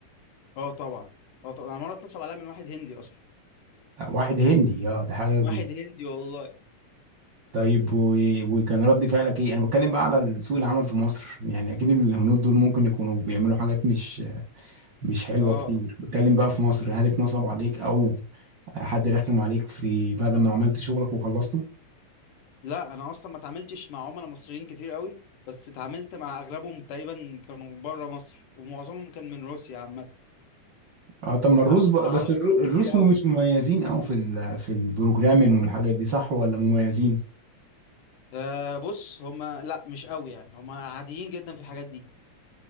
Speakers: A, on the left; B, on the right.
A: اه طبعا اه طبعا انا مره اتنصب عليا من واحد هندي اصلا
B: واحد هندي اه ده حاجه
A: واحد هندي والله
B: طيب و... وكان رد فعلك ايه انا بتكلم بقى على سوق العمل في مصر يعني اكيد الهنود دول ممكن يكونوا بيعملوا حاجات مش مش حلوه
A: اه
B: كتير بتكلم بقى في مصر هل اتنصب عليك او حد رخم عليك في بعد ما عملت شغلك وخلصته
A: لا انا اصلا ما اتعاملتش مع عملاء مصريين كتير قوي بس اتعاملت مع اغلبهم تقريبا كانوا بره مصر ومعظمهم كان من روسيا عامه
B: اه طب ما الروس
A: اتعاملت
B: بقى
A: مع
B: بس
A: روس
B: الرو-
A: كتير
B: الروس
A: قوي
B: مش مميزين قوي في ال... في البروجرامين والحاجات دي صح ولا مميزين
A: فبص هما لا مش قوي يعني هما عاديين جدا في الحاجات دي